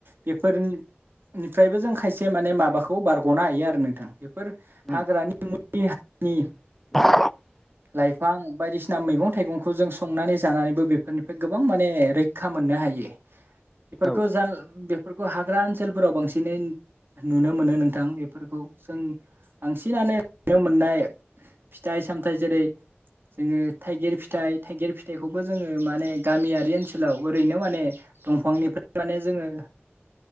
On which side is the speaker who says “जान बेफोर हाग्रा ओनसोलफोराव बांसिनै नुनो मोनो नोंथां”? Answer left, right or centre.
Right